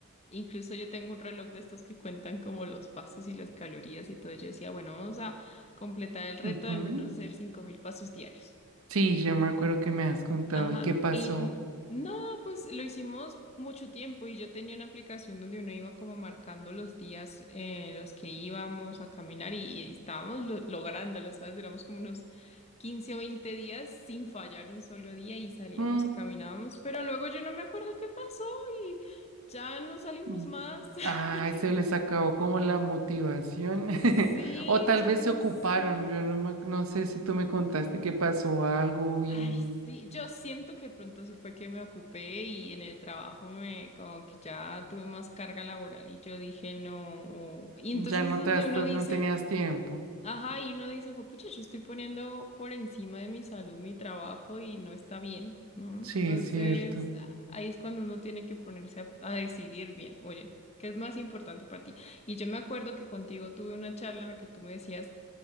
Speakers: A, on the left; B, on the right.
A: Incluso yo tengo un reloj de estos que cuentan como los pasos y las calorías y todo. Yo decía, bueno, vamos a completar el reto
B: Ujú.
A: de al menos hacer 5.000 pasos diarios.
B: Sí, yo me acuerdo que me has contado.
A: Ajá,
B: ¿Y qué pasó?
A: y n- no, pues lo hicimos mucho tiempo y yo tenía una aplicación donde uno iba como marcando los días eh, en los que íbamos a caminar y, y estábamos lo- lográndolo, ¿sabes? Duramos como unos 15 o 20 días sin fallar un solo día y salíamos
B: Mm,
A: y caminábamos, pero luego yo no me acuerdo qué pasó y ya no salimos
B: mm.
A: más. <laughs>
B: Ay, se les acabó como la motivación. <laughs>
A: Sí,
B: O tal
A: yo
B: vez
A: no
B: se ocuparon.
A: sé.
B: Yo no, me- no sé si tú me contaste que pasó algo y
A: Ay, sí, yo siento que pronto sí fue que me ocupé y en el trabajo me como que ya tuve más carga laboral y yo dije no. o- Y entonces
B: ya no
A: es donde
B: te hasta,
A: uno dice,
B: no tenías tiempo.
A: ajá, y uno dice, pues pucha, yo estoy poniendo por encima de mi salud mi trabajo y no está bien, ¿no? Entonces
B: Sí, es cierto.
A: a- ahí es cuando uno tiene que ponerse a, a decidir bien, oye, ¿qué es más importante para ti? Y yo me acuerdo que contigo tuve una charla en la que tú me decías,